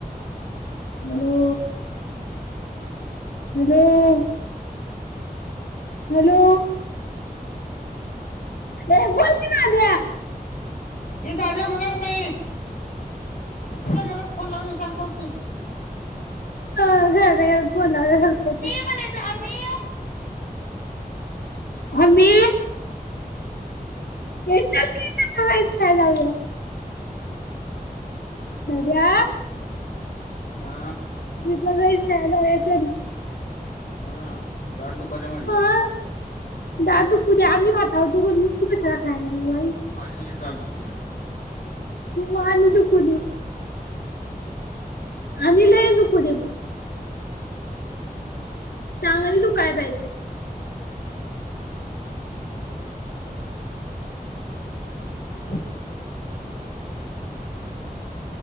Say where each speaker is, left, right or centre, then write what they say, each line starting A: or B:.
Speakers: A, on the left; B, on the left.
A: Hello hello. हॅलो. ए बोल की दाद्या?
B: ए दाद्या म्हणायचं नाही. घरातल्या घरात फोन लावल्या सारखं हुतंय.
A: अ घर घर बोलाल्या घरपती
B: नाही म्हणायचं आम्ही
A: आमी ये चल की बई तिथं <unintelligible> जयद्या.
B: न्या
A: ग्रुप ला <unintelligible>
B: हा. दाड दुखल्या माझी.
A: आ दात दुखू दे. आम्ही खाताव तू कशाला खयालईस?
B: माझी लईच दाड दुखत्या.
A: म माली दुखू दे. आणि लई दुखू दे
B: एकस
A: चांगली दुखाय पाहिजे.
B: <unintelligible>